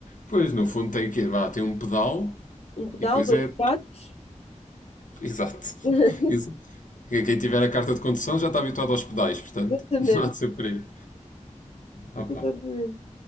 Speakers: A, on the left; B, on the left.
A: Pois, no fundo tem o quê? Vá, tem um pedal
B: Um pedal,
A: e depois
B: dois
A: é.
B: pratos.
A: Exato.
B: <laughs>
A: <laughs> Exato. Quem tiver a carta de condução já está habituado aos pedais, portanto,
B: Exatamente,
A: <laughs> não há de ser por aí. Opa.
B: exatamente.